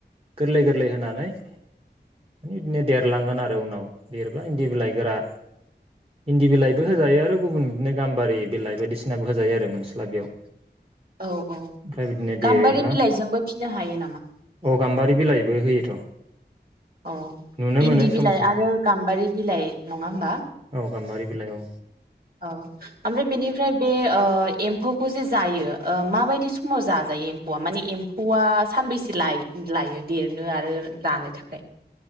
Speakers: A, on the right; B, on the right.
A: गोरलै गोरलै होनानै माने बिदिनो देरलांगोन आरो उनाव देरब्ला इन्दि बिलाइ गोरा इन्दि बिलाइबो होजायो आरो गुबुन बिदिनो गाम्बारि बिलाइ बायदिसिनाबो होजायो आरो मोनस्ला बेयाव।
B: औ औ
A: ओमफ्राय बिदिनो देरोब्ला
B: गाम्बारि बिलाइजोंबो फिनो हायो नामा?
A: गामबारि बे बिलाइबो होयोथ।
B: औ
A: नुनो मोनो
B: इन्दि
A: सम
B: बिलाइ
A: सम
B: आरो गाम्बारि बिलाइ नङा होमबा
A: औ गाम्बारि बिलाइ औ
B: औ ओमफ्राय बेनिफ्राय बे ओ एम्फौ एम्फौ जे जायो ओ माबायदि समाव जाजायो एम्फौआ माने एम्फौआ सानबैसे लायो देरनो आरो रानो थाखाय?